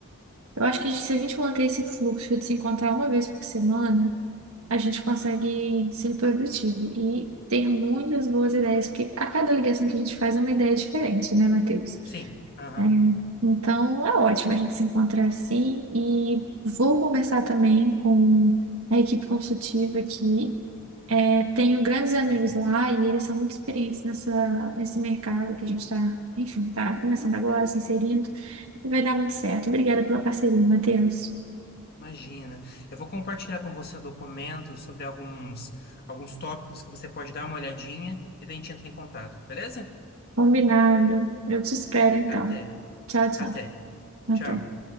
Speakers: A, on the right; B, on the left.
A: Eu acho que se a gente manter esse fluxo de se encontrar uma vez por semana, a gente consegue ser produtivo e ter muitas boas ideias, porque a cada ligação que a gente faz é uma ideia diferente, né, Matheus?
B: Sim, aham,
A: É, então é ótimo a gente se encontrar assim e vou conversar também com a equipe consultiva aqui É, tenho grandes amigos
B: perfeito.
A: lá e eles são muito experientes nessa, nesse mercado que a gente está, enfim, tá começando agora, se inserindo. E vai dar muito certo. Obrigada pela parceria, Matheus.
B: Imagina. Eu vou compartilhar com você o documento sobre alguns, alguns tópicos que você pode dar uma olhadinha e daí a gente entra em contato, beleza?
A: Combinado. Eu te espero, então.
B: Até,
A: Tchau, tchau.
B: até.
A: Até.
B: Tchau.